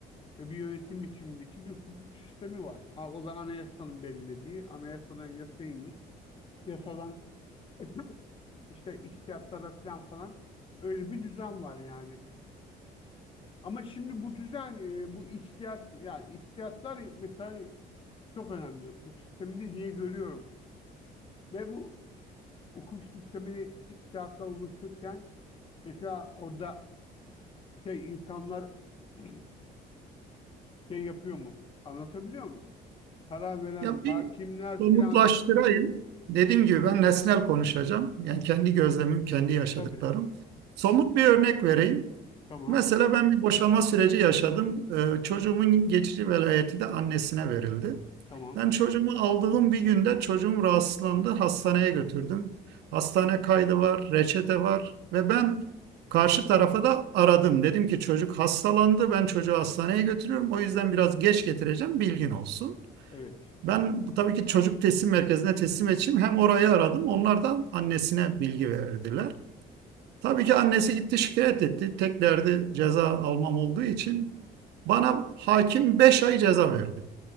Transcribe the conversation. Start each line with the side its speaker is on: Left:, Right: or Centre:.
Left: Ve bir yönetim biçimindeki bir hukuk sistemi var. O da anayasanın belirlediği, anayasadan yasaya iniş, yasadan <laughs> işte içtihatlara falan falan öyle bir düzen var yani. Ama şimdi bu düzen, e, bu içtihat, yani içtihatlar mesela çok önemli hukuk sisteminde diye görüyorum. Ve bu hukuk sistemini içtihatlar oluşurken mesela orada şey insanlar <clears throat> şey yapıyor mu? Anlatabiliyor muyum? Karar veren
Right: Ya
Left: hakimler
Right: bir somutlaştırayım.
Left: filan
Right: Dediğim gibi ben nesnel konuşacağım. Yani kendi gözlemim, kendi yaşadıklarım.
Left: tabii.
Right: Somut bir örnek vereyim.
Left: Tamam.
Right: Mesela ben bir boşanma süreci yaşadım. Ee, çocuğumun geçici velayeti de annesine verildi.
Left: Tamam.
Right: Ben çocuğumu aldığım bir günde çocuğum rahatsızlandı. Hastaneye götürdüm. Hastane kaydı var, reçete var ve ben karşı tarafa da aradım. Dedim ki çocuk hastalandı. Ben çocuğu hastaneye götürüyorum. O yüzden biraz geç getireceğim. Bilgin olsun.
Left: Evet.
Right: Ben bu- tabii ki çocuk teslim merkezine teslim edeceğim. Hem orayı aradım. Onlar da annesine bilgi verdiler. Tabii ki annesi gitti şikayet etti. Tek derdi ceza almam olduğu için bana hakim 5 ay ceza verdi.